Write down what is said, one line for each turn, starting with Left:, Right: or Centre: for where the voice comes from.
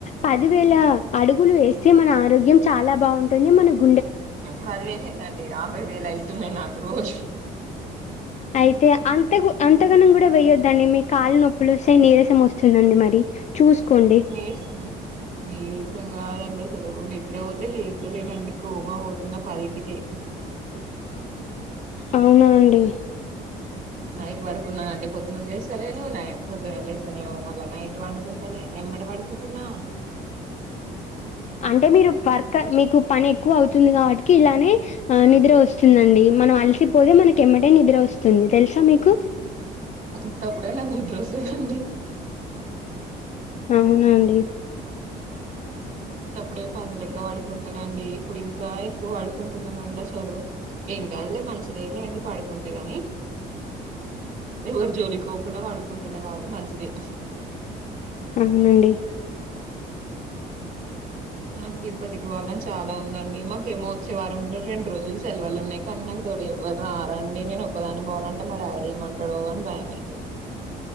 Left: పదివేల అడుగులు వేస్తే మన ఆరోగ్యం చాలా బాగుంటుంది మనకు
Right: పదివేలు ఏందండి యాభై వేలు అవుతున్నాయి నాకు రోజు
Left: అయితే అంత అంతగనం కూడా వయ్యొద్దండి మీ కాళ్నొప్పులు వస్తయి నీరసం వస్తుందండి మరి చూసుకోండి
Right: నీరసం నీరసం కాదండి అసలు నిద్ర పోతే లేత్త లేనండి కోమ పోతున్న పదింటికే <inaudible>
Left: అవునా అండి
Right: నైట్ పడుకున్నాను అంటే పొద్దున్న లేస్తలేను న్నై పొద్దున లేస్తేనే మళ్ళీ నైట్ వడుకుంటలేను ఎమ్మటే పడుకుంటున్న
Left: అంటే మీరు వర్క్ మీకు పని ఎక్కువ అవుతుంది కాబట్టి ఇలానే నిద్ర వస్తుందండి మనం అలిసిపోతే మనకి ఎమ్మటె నిద్ర వస్తుంది తెలుసా మీకు
Right: ఉత్తప్పుడే నాకు నిద్ర వస్తదండి
Left: అవునా అండి
Right: ఉత్తప్పుడే పందిలెక్క పడుకుంటానండి ఇప్పుడు ఇంకా ఎక్కువ పడుకుంటున్నానండి అసలు ఏం కాదులే మంచిదేలేండి పడుకుంటే గాని ఎవరు జోలికి పోకుండా పడుకుంటున్నా కాబట్టి మంచిదె
Left: అవునండి
Right: <unintelligible> నాకు తిరుపతికి పోవాలని చాలా ఉందండి మాకేమో వచ్చే వారంలో రెండు రోజులు సెలవులు ఉన్నాయి కని నాకు తోడ ఎవ్వరారండి నేను ఒక్కదాని పోవాలంటే మా డాడీ ఏమంటాడో అని భయం ఐతుంది